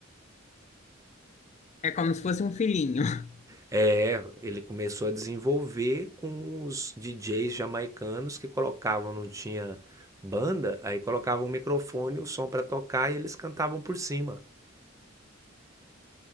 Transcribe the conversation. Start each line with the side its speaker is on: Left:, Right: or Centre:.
Left: É como se fosse um filhinho. <laughs>
Right: É, ele começou a desenvolver com os DJs jamaicanos que colocavam, não tinha banda, aí colocavam o microfone, o som para tocar e eles cantavam por cima,